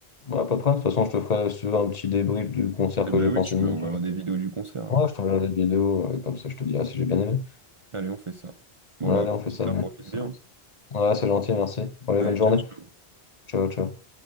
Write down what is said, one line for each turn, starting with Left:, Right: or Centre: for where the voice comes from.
Left: voilà, pas de problème. De toute façon, je te ferai si tu veux, un petit débrief du concert
Right: Eh
Left: que
Right: ben
Left: j'ai
Right: oui,
Left: pensé
Right: tu
Left: de Nino.
Right: me verra des vidéos du concert, alors.
Left: Ouais, je t'enverrai des vidéos, euh, comme ça je te dirai si j'ai bien aimé.
Right: Allez, on fait ça. Bon,
Left: Ouais,
Right: bah,
Left: allez, on fait ça.
Right: au
Left: bon,
Right: profite
Left: ça.
Right: bien.
Left: Ouais, c'est gentil, merci. Allez,
Right: Allez,
Left: bonne journée.
Right: ciao, ciao.
Left: Ciao, ciao.